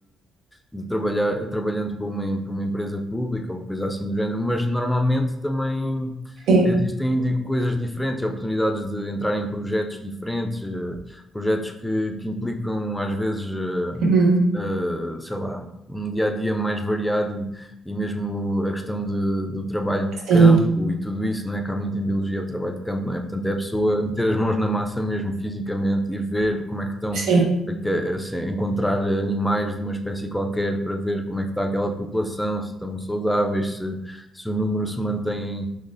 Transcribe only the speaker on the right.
sim,
Uhum.
sim,
sim,